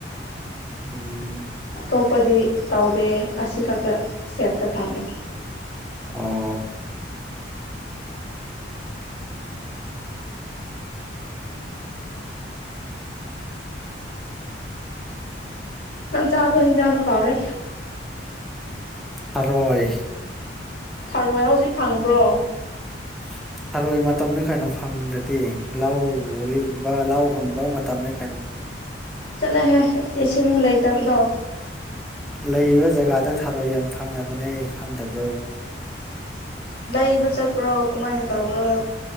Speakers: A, in the centre; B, on the left.
A: ꯎꯝ
B: ꯑꯇꯣꯞꯄꯗꯤ ꯇꯧꯗꯦ ꯑꯁꯤ ꯈꯛꯇ ꯁꯦꯞꯇ ꯊꯝꯃꯦ
A: ꯑꯣ
B: ꯆꯪ ꯆꯥꯕ ꯍꯦꯟꯁꯥꯡꯗꯣ ꯀꯥꯎꯔꯦ
A: ꯊꯥꯔꯣꯏ
B: ꯊꯔꯣꯏ ꯍꯧꯖꯤꯛ ꯐꯪꯕ꯭ꯔꯣ
A: <unintelligible> ꯔꯥꯔꯣꯏ ꯃꯇꯝꯅꯤ ꯀꯩꯅꯣ ꯐꯪꯗ꯭ꯔꯗꯤ ꯂꯧ ꯂꯤꯛꯕ ꯂꯧ ꯍꯨꯟꯕ ꯃꯇꯝꯅꯤ ꯀꯩꯅꯣ
B: ꯆꯠꯂꯣꯍꯦ ꯏꯁꯤꯡꯁꯨ ꯂꯩꯇꯕꯗꯣ
A: ꯂꯩꯔꯤꯕ ꯖꯒꯥꯗ ꯊꯥꯔꯣꯏ ꯌꯥꯝ ꯐꯪꯅꯕꯅꯦ ꯐꯪꯗꯕ꯭ꯔꯣ
B: ꯂꯩꯕ ꯆꯠꯄ꯭ꯔꯣ ꯀꯃꯥꯏꯅ ꯇꯧꯕ꯭ꯔꯣ